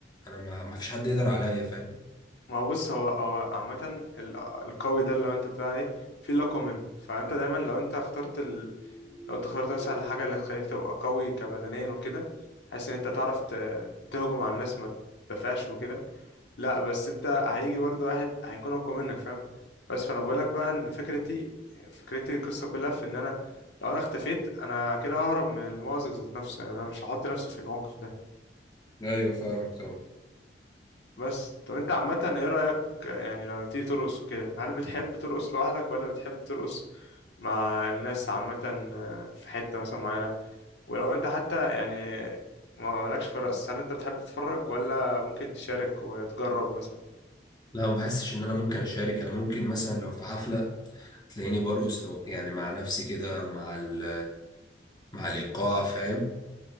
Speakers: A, on the left (about 25°); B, on the left (about 80°).
A: انا ما ما فيش حد يقدر عليا فاهم
B: ما هو بص هو هو عامة ال- القوي ده اللي انت بتقول عليه في لقب منه فانت دايما لو انت اخترت ال... لو انت اخترت مثلا الحاجة اللي تخليك تبقى قوي كبدنيا وكده حاسس ان انت تعرف ت... تهجم على الناس ما تدافعش وكده لا بس انت هيجي برضو واحد هيكون اقوى منك فاهم بس فانا بقولك بقى ان فكرتي فكرتي القصة كلها في ان انا لو انا اختفيت انا كده ههرب من المأزق ذات نفسه يعني انا مش هحط نفسي في الموقف ده
A: ايوه فاهمك طبعا
B: بس طب انت عامة ايه رأيك يعني لما بتيجي ترقص وكده هل بتحب ترقص لوحدك ولا بتحب ترقص مع الناس عامة آه، في حتة مثلا معينة ولو انت حتى يعني ما لكش في الرقص هل انت بتحب تتفرج ولا ممكن تشارك وتجرب مثلا
A: لا ما بحسش ان انا ممكن اشارك انا ممكن مثلا لو في حفله تلاقيني برقص لو- يعني مع نفسي كده مع ال مع الايقاع فاهم